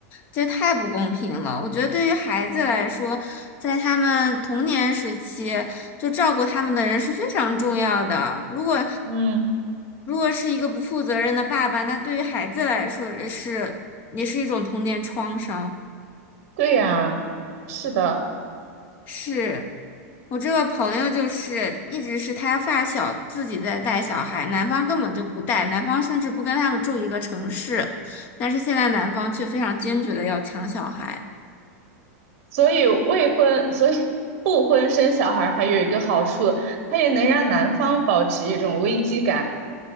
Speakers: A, on the left (about 20°); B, on the right (about 40°).
A: 这太不公平了！我觉得对于孩子来说，在他们童年时期，就照顾他们的人是非常重要的。如果
B: 嗯，
A: 如果是一个不负责任的爸爸，那对于孩子来说也是也是一种童年创伤。
B: 对呀，是的。
A: 是我这个朋友就是一直是他发小自己在带小孩，男方根本就不带，男方甚至不跟他们住一个城市，但是现在男方却非常坚决的要抢小孩。
B: 所以未婚，所以不婚生小孩还有一个好处，它也能让男方保持一种危机感。